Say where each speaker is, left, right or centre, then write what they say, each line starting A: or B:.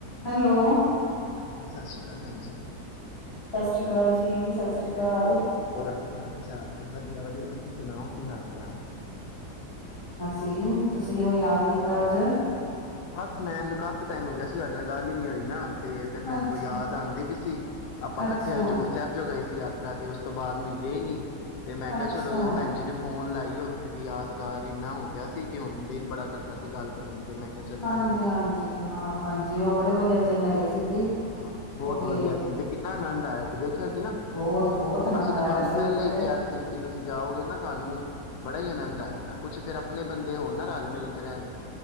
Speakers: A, on the left; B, on the left.
A: ਹੈਲੋ
B: ਹਾਂਜੀ, ਸਤਿ ਸ੍ਰੀ ਅਕਾਲ ਭੈਣ ਜੀ।
A: ਸਤਿ ਸ਼੍ਰੀ ਅਕਾਲ ਜੀ, ਸਤਿ ਸ੍ਰੀ ਅਕਾਲ।
B: ਹੋਰ ਕੀ ਹਾਲ ਚਾਲ ਵਧੀਆ-ਵਧੀਆ ਤੁਸੀਂ ਸੁਣਾਓ ਕੀ ਹਾਲ ਚਾਲ।
A: ਦੀ, ਤੁਸੀਂ ਕਿਵੇਂ ਯਾਦ ਕੀਤਾ ਅੱਜ?
B: ਬਸ ਮੈਨੂੰ ਕਾਫ਼ੀ ਟਾਈਮ ਹੋ ਗਿਆ ਸੀ ਤੁਹਾਡੇ ਨਾਲ ਗੱਲ ਹੀ ਨੀ ਹੋਈ ਨਾ। ਤੇ ਫੇਰ
A: ਅੱਛਾ,
B: ਮੈਨੂੰ ਬੜ੍ਹੀ ਯਾਦਆਂਦੀ ਪਈ ਸੀ, ਆਪਾਂ ਇਕੱਠੇ
A: ਅੱਛਾ,
B: ਹਜ਼ੂਰ ਸਾਹਿਬ ਜੋ ਗਏ ਸੀ। ਤੀਰਥ ਯਾਤਰਾ ਤੇ ਉਸ ਤੋਂ ਬਾਅਦ ਮਿੱਲੇ ਹੀ ਨੀ। ਤੇ ਮੈਂ ਕਿਹਾ,
A: ਅੱਛਾ।
B: ਚਲੋੋਂ ਭੈਣਜੀ ਨੂੰ ਫੋਨ ਲਾਈ ਉੱਥੇ ਦੀ ਯਾਦਗਾਰ, ਇੰਨਾ ਹੋ ਗਿਆ ਸੀ ਕਿ ਹੁਣ ਦਿਲ ਬੜਾ ਕਰਦਾ ਸੀ ਗੱਲ ਕਰਨ ਤੇ ਮੈਂ ਕਿਹਾ ਚੱਲ
A: ਹਾਂਜੀ-ਹਾਂਜੀ,
B: ਫੋਨ ਹੀ ਲਾ ਲਾ।
A: ਹਾਂ ਹਾਂਜੀ ਉਹ ਬੜੇ ਵਧੀਆ ਦਿਨ ਹੈਗੇ ਸੀ। ਜੀ।
B: ਹਾਂ, ਬਹੁਤ
A: ਉਹ ਤੇ
B: ਵਧੀਆ ਸੀ ਤੇ ਕਿੰਨਾ ਆਨੰਦ ਆਇਆ ਸੀ ਦੇਖਿਆ ਸੀ ਨਾ,
A: ਬਹੁਤ-ਬਹੁਤ ਆਨੰਦ
B: ਅਸੀਂ ਤੇ
A: ਆਇਆ
B: ਤੁਹਾਨੂੰ
A: ਸੀ
B: ਪਹਿਲੇ
A: ਉੱਥੇ
B: ਹੀ
A: ਤੇ,
B: ਕਿਹਾ ਸੀ ਕਿ ਤੁਸੀਂ ਜਾਓਗੇ ਨਾ ਤੁਹਾਨੂੰ ਬੜਾ ਹੀ ਆਨੰਦ ਆਏਗਾ। ਕੁਛ ਫਿਰ ਆਪਨੇ ਬੰਦੇ ਹੋਨਨਾ, ਰਲ-ਮਿਲ ਕੇ ਰਹਿਨ।